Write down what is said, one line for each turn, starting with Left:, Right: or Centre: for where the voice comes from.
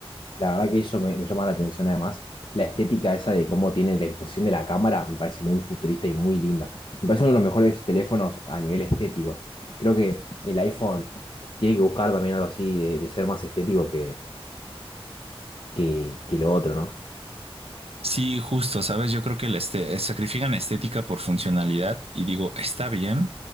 Left: la verdad que eso me, me llama la atención además. La estética esa de cómo tiene la disposición de la cámara me parece muy futurista y muy linda. Me parece uno de los mejores teléfonos a nivel estéticos. Creo que el iPhone tiene que buscar también algo así de, de ser más estético que, que, que lo otro, ¿no?
Right: Sí, justo, sabes, yo creo que la este- sacrifican estética por funcionalidad y digo, está bien.